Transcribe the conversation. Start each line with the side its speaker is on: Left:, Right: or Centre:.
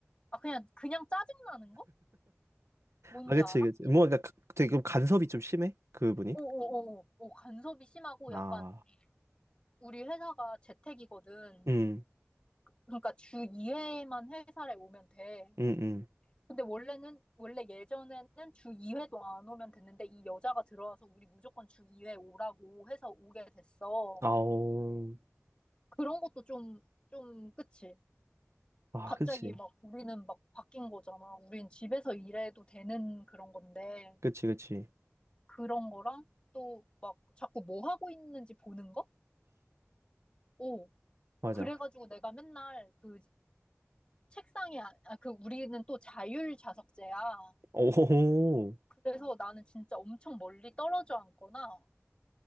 Left: 아 그냥 그냥 짜증 나는 거? 뭔지
Right: 아, 그치,
Left: 알아?
Right: 그치. 뭔가 가- 되게 그럼 간섭이 좀 심해? 그분이?
Left: 오오오오 오, 간섭이 심하고
Right: 아,
Left: 약간 우리 회사가 재택이거든.
Right: 음,
Left: 그러니까 주 2회만 회사를 오면 돼.
Right: 음, 음.
Left: 근데 원래는 원래 예전에는 주 2회도 안 오면 됐는데 이 여자가 들어와서 우리 무조건 주 2회 오라고 해서 오게 됐어.
Right: 아오.
Left: 그런 것도 좀, 좀, 그치?
Right: 아,
Left: 갑자기
Right: 그치.
Left: 막 우리는 막 바뀐 거잖아. 우린 집에서 일해도 되는 그런 건데,
Right: 그치, 그치.
Left: 그런 거랑 또 막 자꾸 뭐 하고 있는지 보는 거? 오,
Right: 맞아.
Left: 그래가지고 내가 맨날 그 책상에, 아, 아, 그 우리는 또 자율 좌석제야.
Right: 오,
Left: 그래서 나는 진짜 엄청 멀리 떨어져 앉거나